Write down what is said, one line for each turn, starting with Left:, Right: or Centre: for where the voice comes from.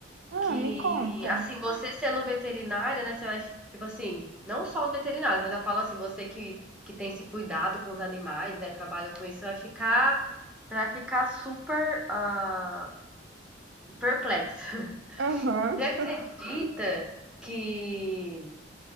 Right: Ah,
Centre: que,
Right: me conta.
Centre: assim, você sendo veterinária, né, você vai, tipo assim, não só os veterinários, mas eu falo assim, você que que tem esse cuidado com os animais, né, trabalha com isso, você vai ficar, você vai ficar super ah, perplexo. <laughs>
Right: Aham,
Centre: Você acredita
Right: <laughs>
Centre: que